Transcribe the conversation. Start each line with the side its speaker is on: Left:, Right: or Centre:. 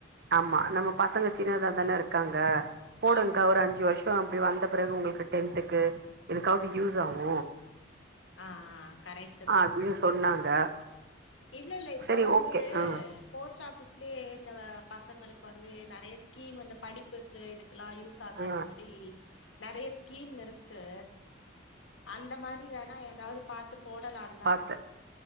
Right: ஆமா நம்ம பசங்க சின்னதா தானே இருக்காங்க போடுங்க்கா
Left: ஆமா
Right: ஒரு
Left: ஆமா
Right: அஞ்சு வருஷோ அப்படி வந்த பெறகு உங்களுக்கு டென்டுக்கு இதுக்காவது யூஸ் ஆகு
Left: ஆ ஆ கரெக்ட் தா
Right: அப்டின்னு சொன்னாங்க
Left: இல்ல இல்ல இப்ப
Right: சரி
Left: வந்து
Right: ஓகே ஆ
Left: போஸ்ட் ஆபிஸ்லயே இந்த பசங்களுக் இப்ப வந்து நெறைய ஸ்கீம் இந்த படிப்புக்கு இதுக்கெல்லா யூஸ் ஆகுற
Right: ஆ
Left: மாதிரி றெறைய ஸ்கீம் இருக்கு அந்த மாதிரி வேணா ஏதாவது பாத்து போடலாம்
Right: பாத்தே